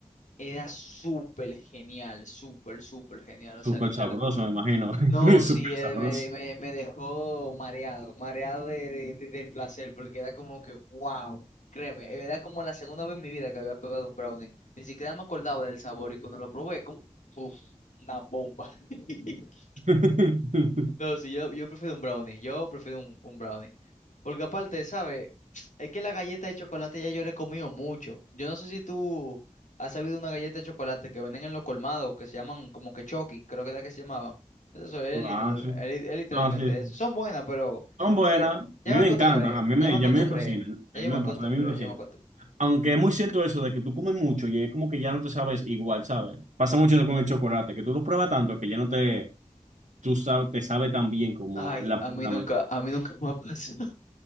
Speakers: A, on the left; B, on the right.
A: era súper genial, súper, súper genial. O sea,
B: Súper
A: literal.
B: sabroso, me imagino. <laughs>
A: No,
B: Súper
A: sí, eh,
B: sabroso.
A: me, de- me, me dejó mareado, mareado de, de- de- del placer, porque era como que, wow, créeme, era como la segunda vez en mi vida que había probado un brownie. Ni siquiera me acordaba del sabor y cuando lo probé, como, uf, una bomba. <laughs>
B: <laughs>
A: No, sí, yo, yo prefiero un brownie. Yo prefiero un, un brownie. Porque aparte, ¿sabes? Es que la galleta de chocolate ya yo le he comido mucho. Yo no sé si tú has sabido una galleta de chocolate que venden en los colmados, que se llaman como que Chucky, creo que era que se llamaban. Eso es, literal-
B: Ah, sí.
A: es- li- es literalmente
B: No, sí, sí.
A: eso. Son buenas, pero
B: Son buenas.
A: creo-
B: A mí
A: ya me
B: me
A: acostumbré,
B: encantan. A mí
A: ya
B: me,
A: me acostumbré,
B: y a mí me fascinan.
A: ya
B: A mí
A: yo
B: me,
A: me
B: a
A: acostumbré,
B: mí me fascinan.
A: yo me acostumbré.
B: Aunque es muy cierto eso de que tú comes mucho y es como que ya no te sabes igual, ¿sabes? Pasa mucho con el chocolate, que tú lo pruebas tanto que ya no te, tú sabes, te sabe tan bien como
A: Ay,
B: la
A: a
B: primera
A: mí nunca,
B: vez.
A: a mí nunca <laughs> me ha pasado.